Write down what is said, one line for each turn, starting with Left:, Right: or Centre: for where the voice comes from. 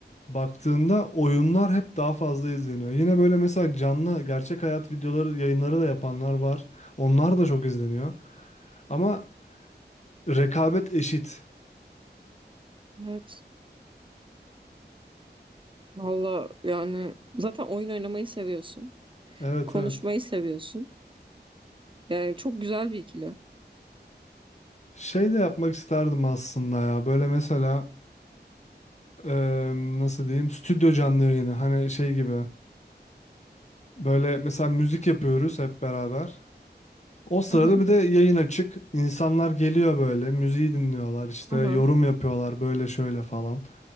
Left: baktığında oyunlar hep daha fazla izleniyor. Yine böyle mesela canlı gerçek hayat videoları yayınları da yapanlar var. Onlar da çok izleniyor. Ama rekabet eşit.
Right: Evet. Valla yani zaten oyun oynamayı seviyorsun.
Left: Evet
Right: Konuşmayı
Left: evet.
Right: seviyorsun. Yani çok güzel bir ikili.
Left: Şey de yapmak isterdim aslında ya. Böyle mesela eee, nasıl diyeyim stüdyo canlı yayını. Hani şey gibi. Böyle mesela müzik yapıyoruz hep beraber. O sırada
Right: Hı hı.
Left: bir de yayın açık. İnsanlar geliyor böyle, müziği dinliyorlar, işte
Right: Hı
Left: yorum
Right: hı.
Left: yapıyorlar böyle şöyle falan.